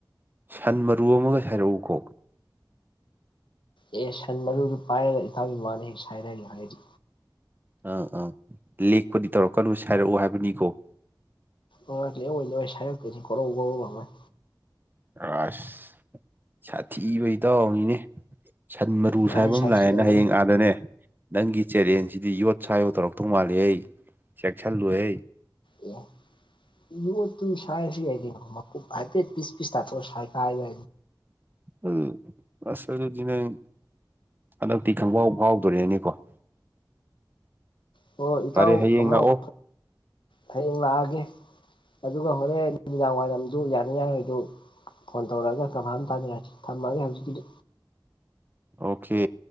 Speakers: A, on the right; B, on the left.
A: ꯁꯟ ꯃꯔꯨ ꯑꯃꯒ ꯁꯥꯏꯔꯛꯎꯀꯣ
B: ꯑꯦ ꯁꯟ ꯃꯔꯨꯗꯨ ꯄꯥꯏꯔꯒ ꯏꯇꯥꯎꯒꯤ ꯃꯥꯡꯗ ꯍꯦꯛ ꯁꯥꯏꯔꯒꯦ ꯍꯥꯏꯗꯤ
A: ꯑꯥ ꯑꯥ ꯂꯦꯛꯄꯗꯤ ꯇꯧꯔꯛꯀꯅꯨ ꯁꯥꯏꯔꯛꯑꯣ ꯍꯥꯏꯕꯅꯤꯀꯣ
B: ꯍꯣꯏ ꯂꯦꯛꯑꯣꯏ ꯂꯦꯛꯑꯣꯏ ꯁꯥꯏꯔꯛꯇꯣꯏꯅꯤ ꯒꯥꯔꯧ ꯒꯥꯔꯧ ꯂꯥꯎꯉꯩ
A: ꯑꯁ ꯁꯥꯊꯤꯕ ꯏꯇꯥꯎ ꯑꯃꯅꯤ ꯁꯟ ꯃꯔꯨ
B: ꯃꯥꯅꯤ
A: ꯁꯥꯏꯕ
B: ꯁꯥꯊꯤꯔꯕꯅꯤ
A: ꯑꯃ ꯂꯥꯛꯑꯦꯅ ꯍꯌꯦꯡ ꯑꯥꯗꯅꯦ ꯅꯪꯒꯤ ꯆꯦꯂꯦꯟꯁꯤꯗꯤ ꯌꯣꯠ ꯁꯥꯏꯕ ꯇꯧꯔꯛꯇꯧ ꯃꯥꯜꯂꯤꯍꯦ ꯆꯦꯛꯁꯤꯜꯂꯨ ꯍꯦ
B: ꯑꯦ ꯌꯣꯠꯇꯨ ꯁꯥꯏꯔꯁꯨ ꯌꯥꯏ ꯀꯩꯅꯣ ꯃꯀꯨꯞ ꯍꯥꯏꯐꯦꯠ ꯄꯤꯁ ꯄꯤꯁ ꯇꯥꯊꯣꯛꯑ ꯁꯥꯏꯒꯥꯏꯕ
A: ꯎꯝ ꯑꯁ ꯑꯗꯨꯗꯤ ꯅꯪ ꯍꯟꯗꯛꯇꯤ ꯈꯪꯐꯥꯎ ꯐꯥꯎꯗꯣꯔꯦꯅꯦꯀꯣ
B: ꯍꯣ ꯏꯇꯥꯎ
A: ꯐꯔꯦ ꯍꯌꯦꯡ
B: ꯑꯃꯨꯛ
A: ꯂꯥꯛꯑꯣ
B: ꯍꯌꯦꯡ ꯂꯥꯛꯑꯒꯦ ꯑꯗꯨꯒ ꯍꯣꯔꯦꯟ ꯅꯨꯃꯤꯗꯥꯡ ꯋꯥꯏꯔꯝꯗꯨ ꯌꯥꯅꯤ ꯌꯥꯔꯣꯏꯗꯨ ꯐꯣꯟ ꯇꯧꯔꯛꯑꯒ ꯀꯟꯐꯥꯝ ꯇꯥꯃꯤꯅꯔꯖꯤ ꯊꯝꯃꯒꯦ ꯍꯧꯖꯤꯛꯀꯤꯗꯤ
A: ꯑꯣꯀꯦ